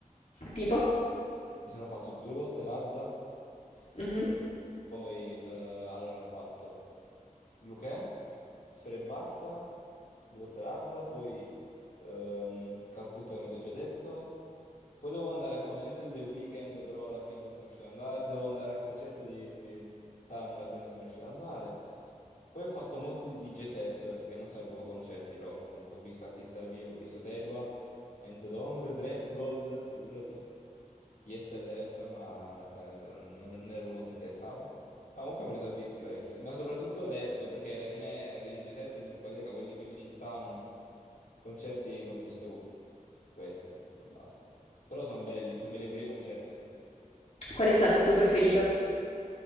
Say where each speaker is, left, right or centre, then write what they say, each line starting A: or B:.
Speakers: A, on the left (about 55°); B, on the left (about 80°).
A: Tipo?
B: Mi sono fatto due volte Lazza,
A: Mhm.
B: poi eh, allora ho fatto Luchè, Sfera e Basta, due volte Lazza, poi ehm, Calcutta come ti ho già detto. Poi devo andare al concerto di The Weeknd, però alla fine non sono riuscito ad andare. Devo andare al concerto di Sam, alla fine non sono riuscito ad andare. Poi ho fatto molti DJ set, che non sono proprio concerti, però comunque ho visto artisti al vivo, ho visto Tedua, Enzo Dong, Gold, figurati, ISLF, ma onestamente non, non, non ero molto interessato. Ma comunque me ne sono visti parecchi, ma soprattutto rap, perché alla fine DJ set in discoteca, quelli, quelli ci stanno. Concerti che ho visto questi e basta. Però sono belli, sono belli pure i concerti.
A: Qual è stato il tuo preferito?